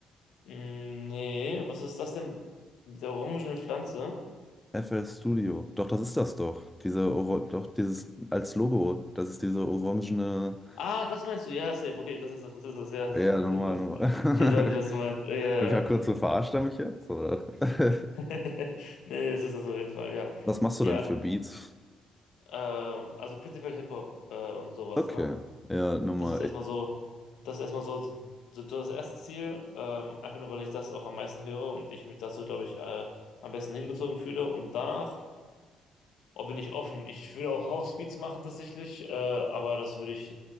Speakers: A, on the left; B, in the centre.
A: Mm, Nee, was ist das denn? Mit der orangenen Pflanze?
B: FL Studio. Doch, das ist das doch. Diese, Oro doch, dieses, als Logo. Das ist diese orangene.
A: Ah, das meinst du? Ja, safe. Okay, das ist das, das ist das, ja. <laughs> Das
B: Ja,
A: ist,
B: normal,
A: das ist.
B: normal.
A: Jetzt weiß ich, was du
B: <laughs>
A: meinst. Ja, ja,
B: Ich habe
A: ja.
B: kurz so verarscht er mich jetzt, oder? <laughs>
A: <laughs> Nee, nee, das ist das auf jeden Fall, ja.
B: Was machst
A: Ja,
B: du denn für Beats?
A: ähm, also prinzipiell Hip-Hop äh, und sowas,
B: Okay.
A: ne?
B: Ja, nochmal.
A: Das ist erstmal so, das ist erstmal so, so das erste Ziel, ähm, einfach nur, weil ich das auch am meisten höre und ich mich dazu, glaube ich, äh, am besten hingezogen fühle. Und danach Oh, bin ich offen. Ich würde auch Housebeats machen tatsächlich, äh, aber das würde ich